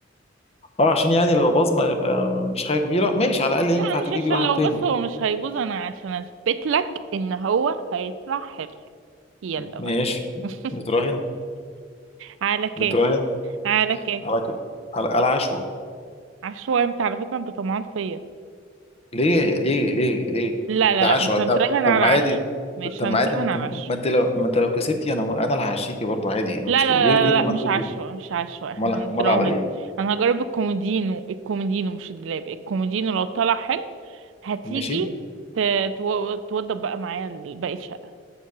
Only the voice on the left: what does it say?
اه عشان يعني لو باظ ما يبقى مش حاجه كبيره ماشي على الاقل
ينفع تجيبي
واحد
تاني
ماشي
نتراهن
نتراهن
على كده على على عشوة
ليه ليه ليه ليه
ده عشوة
طب طب
ما
عادي
طب
ما عادي ما انت
ما انت لو ما انت لو كسبتي انا انا اللي هعشيكي برضه عادي إيه المشكله
ليه ليه
طب
ما
انت
كده
مال
مال على ايه
ماشي